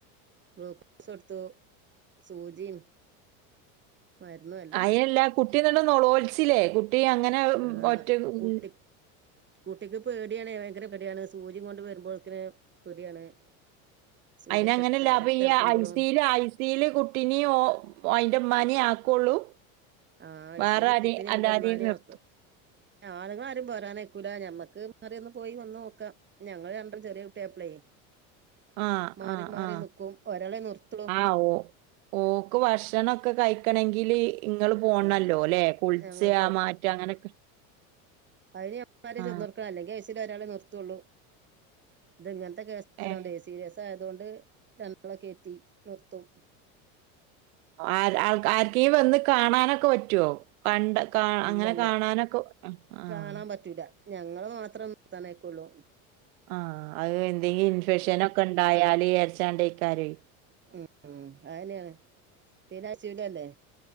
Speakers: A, on the right; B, on the right.
A: ഗ്ലൂക്കോസോട്ത്തു സൂജിം മരുന്നോയ്
B: അയല്ല കുട്ടിന്ന്ട്ട് ന്നൊളോൾചിലെ കുട്ടി അങ്ങനെ ഉം,
A: ആഹ്
B: ഒറ്റ ഉം,
A: കുട്ടി കുട്ടിക്ക് പേടിയാണെ ഭയങ്കര പേടിയാണ് സൂചിം കൊണ്ട് വരുമ്പോഴെക്ക്ണ് പേടിയാണ് സൂചിയൊക്കെ
B: അതിന് അങ്ങനല്ല അപ്പൊ
A: രക്തം
B: ഈ
A: എടുക്കുമ്പോഴും
B: ഐസില് സില്കുട്ടീനെ ഓ അതിന്റുമ്മാനേ ആക്കുള്ളൂ
A: ആഹ് ഐ
B: വേറെ
A: സി യു
B: ആരെയും
A: കുട്ടിനെയും അയിന്റെ
B: അല്ലാരെയും
A: ഉമ്മാനെയും
B: നിർത്തും
A: ആക്കും ആണുങ്ങളാരും പോരാൻ നിക്കൂല ഞമ്മക്ക് മാറിയൊന്ന് പോയി വന്ന് നോക്കാം ഞങ്ങള് രണ്ട് ചെറിയ കുട്ടിയാപ്പളെ
B: ആ
A: മാറി
B: ആ
A: മാറി
B: ആ
A: നിക്കും ഒരാളെ നിർത്തുളൂ
B: ആ ഓ ഓക്ക് ഭക്ഷണൊക്കെ കഴിക്കണങ്കില് ഇങ്ങള് പോണല്ലോ
A: ആ
B: ല്ലേ കുളിച്ച്
A: ഞങ്ങള്
B: ആ മാറ്റം അങ്ങനൊക്കെ
A: അയില് ഇപ്പര്
B: ആ
A: ചെന്ന് കൊട്കണം അല്ലെങ്കി എ സി ഒരാളെ നിർത്തുള്ളൂ ഇത് ഇങ്ങനത്തെ കേസ്
B: ഏ
A: ആയോണ്ടെ സീരിയസ് ഇത് ആയതോണ്ട് രണ്ടാളെ കേറ്റി നിർത്തും
B: ആര് ആർക്കെങ്കിലും വന്ന് കാണാൻ ക്കെ പറ്റുവോ കണ്ട് കാ അങ്ങനെ
A: ഇല്ലല്ല
B: കാണാനൊക്ക് ആഹ്
A: കാണാൻ പറ്റൂല ഞങ്ങള് മാത്രം നിർത്താനയിക്കൊള്ളൂ
B: ആഹ് അത് എന്തെങ്കിലും ഇൻഫെക്ഷനൊക്കെ ണ്ടായാല് യാര് ചൈ ണ്ടെയ് കാരെയ്
A: ഉം ഉം അങ്ങനെയാണ് പിന്നെ സിവലല്ലേ